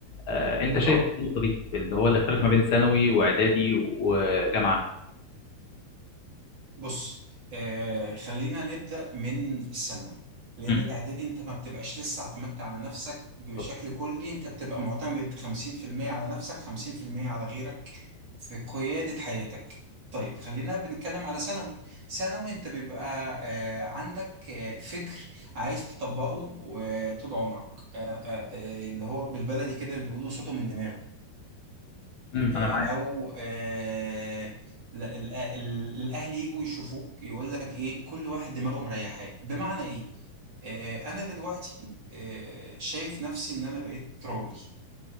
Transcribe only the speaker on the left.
آه، أنت شايف
إيه النقطة دي اللي هو الاختلاف ما بين ثانوي وإعدادي وجامعة
مم،
بالظبط
مم،
أنا معاك